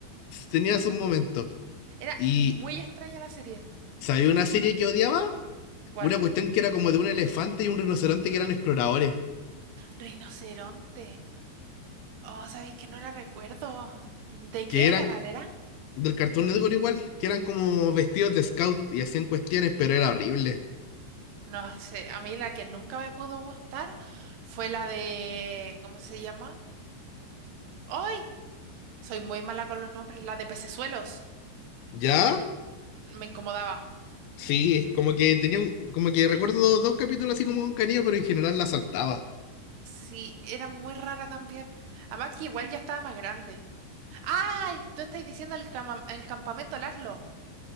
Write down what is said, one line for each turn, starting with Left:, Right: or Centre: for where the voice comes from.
Left: tenía sus momentos.
Right: Era
Left: ¿Y
Right: muy extraña la serie.
Left: sabía una serie que odiaba?
Right: ¿Cuál?
Left: Una cuestión que era como de un elefante y un rinoceronte que eran exploradores,
Right: Rinoceronte. Oh, sabéis que no la recuerdo. ¿De qué
Left: que eran
Right: canal era?
Left: del Cartoon Network igual, que eran como vestidos de scout y hacían cuestiones, pero era horrible.
Right: No sé, a mí la que nunca me pudo gustar fue la de... ¿Cómo se llama? ¡Ay! Soy muy mala con los nombres, la de Pecesuelos.
Left: ¿Ya?
Right: Me incomodaba.
Left: Sí, como que tenía, un- como que recuerdo dos capítulos así como con cariño, pero en general la saltaba.
Right: Sí, era muy rara también. Además que igual ya estaba más grande. ¡Ay! Tú estás diciendo el, cama- el campamento Laszlo.